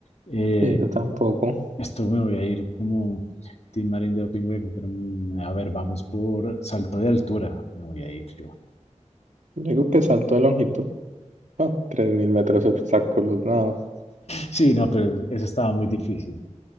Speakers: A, on the left; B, on the right.
A: Eh,
B: sí, yo tampoco.
A: esto me voy a ir como Tim Marín de Doping Hueco, pero mm, a ver, vamos por salto de altura. Me voy a ir yo.
B: Yo Digo que salto de longitud, ah, 3.000 metros obstáculos, nada.
A: Sí, no, pero eso estaba muy difícil.